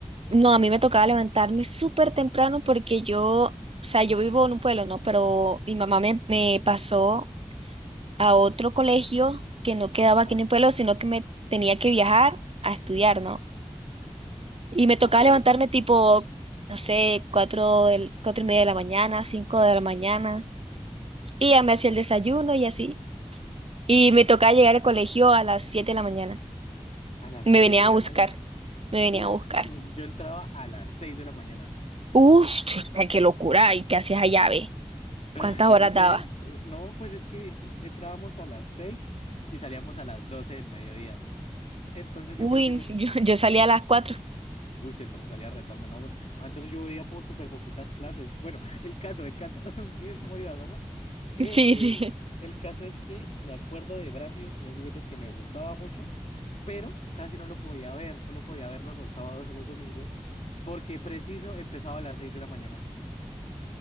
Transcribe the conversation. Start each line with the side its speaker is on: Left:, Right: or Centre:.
Right: no, a mí me tocaba levantarme súper temprano porque yo, o sea, yo vivo en un pueblo, ¿no? Pero mi mamá me, me pasó a otro colegio que no quedaba
Left: Ajá,
Right: aquí en el pueblo, sino que me tenía que viajar a estudiar, ¿no? Y me tocaba
Left: ok.
Right: levantarme tipo, no sé, cuatro, del- cuatro y media de la mañana, cinco de la mañana. Y ya me hacía el desayuno y así. Y me tocaba llegar al colegio a las siete de la mañana.
Left: A las
Right: Y
Left: siete
Right: me venía
Left: de
Right: a buscar.
Left: la mañana.
Right: Me venía
Left: Uy,
Right: a buscar.
Left: mm, yo entraba a las 6 de la mañana.
Right: ¡Uf! ¡Qué locura! ¿Y qué hacías allá, ve?
Left: <laughs>
Right: ¿Cuántas
Left: Yo
Right: horas
Left: no sé,
Right: daba?
Left: eh, no, pues es que eh, entrábamos a las 6 y salíamos a las 12 del mediodía. Entonces
Right: Uy,
Left: yo creo que pues
Right: <laughs> yo,
Left: <laughs>
Right: yo salía a las cuatro. <laughs>
Left: Uy, se tra- salía retardo, no. Ah, entonces yo veía por súper poquitas clases. Bueno, <laughs> el caso, el caso. <laughs> Sí, es como divagamos. Eh,
Right: Sí,
Left: eh,
Right: sí.
Left: el caso es que me acuerdo de Brandy y el señor Bigotes que me gustaba mucho, pero casi no lo podía ver. Solo podía verlo los sábados o los domingos, porque preciso empezaba a las 6 de la mañana.